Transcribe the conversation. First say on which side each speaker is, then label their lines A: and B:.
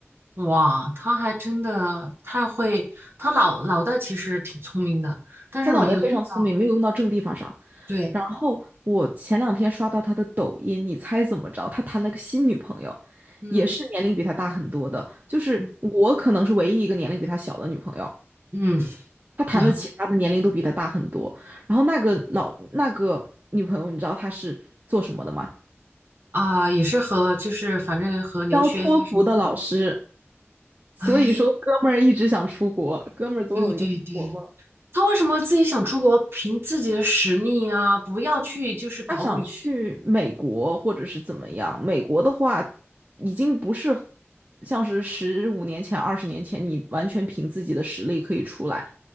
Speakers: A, on the right; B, on the right.
A: 哇，他还真的太会，他脑脑袋其实挺聪明的，但是没有遇到。
B: 他脑袋非常聪明，没有用到正地方上。
A: 对，
B: 然后我前两天刷到他的抖音，你猜怎么着？他谈了个新女朋友，
A: 嗯
B: 也是年龄比他大很多的，就是我可能是唯一一个年龄比他小的女朋友。
A: 嗯嗯，
B: 他谈的其他的年龄都比他大很多。
A: 然后
B: 然后那个老那个女朋友，你知道她是做什么的吗？
A: 啊，也是和就是反正和留学啊什么，
B: 教托福的老师。所以说，
A: 哎，
B: 哥们儿一直想出国，哥们儿总有一个出国梦。
A: 对对对，他为什么自己想出国，凭自己的实力啊，不要去就是搞女。
B: 他想去美国或者是怎么样？美国的话，已经不是像是十五年前、二十年前，你完全凭自己的实力可以出来。